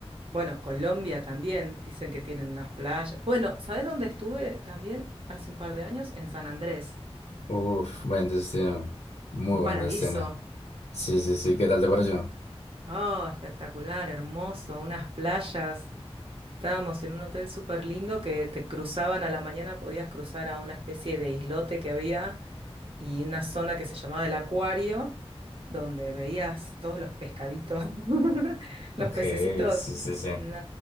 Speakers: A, on the right; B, on the left.
A: Bueno, Colombia también, dicen que tienen unas playas. Bueno, ¿sabes dónde estuve también hace un par de años? En San Andrés,
B: Uf, buen destino. Muy
A: un
B: buen
A: paraíso.
B: destino. Sí, sí, sí, ¿qué tal te pareció?
A: Oh, espectacular, hermoso, unas playas. Estábamos en un hotel súper lindo que te cruzaban a la mañana, podías cruzar a una especie de islote que había y una zona que se llamaba el acuario, donde veías todos los pescaditos, <laughs> los
B: Ok,
A: pececitos.
B: sí, sí, sí.
A: No,